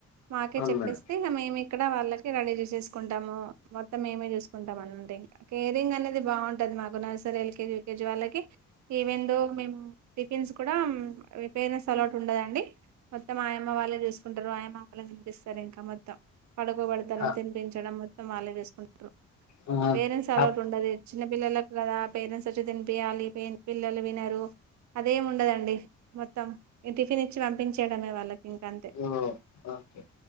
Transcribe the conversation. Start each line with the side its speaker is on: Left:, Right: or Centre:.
Right: మాకే
Left: అవును
Right: చెప్పేస్తే
Left: మేడం
Right: ఇగ మేము ఇక్కడ వాళ్ళకి రడీ చూసేసుకుంటాము మొత్తం మేమే చూసుక్ కుంటాం అంటే ఇంక కేరింగ్ అనేది బావుంటది మాకు నర్సరి ఎల్కేజి యూకేజి వాళ్ళకి ఈవెన్ థో మేము టిఫిన్స్ కూడా పేరెంట్స్ అలౌట్ ఉండదండి మొత్తం ఆయమ్మ వాళ్ళే చూసుకుంటరు ఆయమ్మ వాళ్ళే తినిపిస్తరు ఇంక మొత్తం పడుకోబెట్టడం
Left: ఆ
Right: తినిపించడం మొత్తం వాళ్ళే చూసుకుంటారు
Left: ఆ
Right: పేరెంట్స్ అలౌట్
Left: అప్
Right: ఉండదు చిన్న పిల్లలకు గదా పేరెంట్స్ వచ్చి తినిపియాలి పెన్ పిల్లలు వినరు అదేం ఉండదండి మొత్తం టిఫిన్ ఇచ్చి పంపించేయడమే వాళ్ళకి అంతే
Left: ఓ ఓకే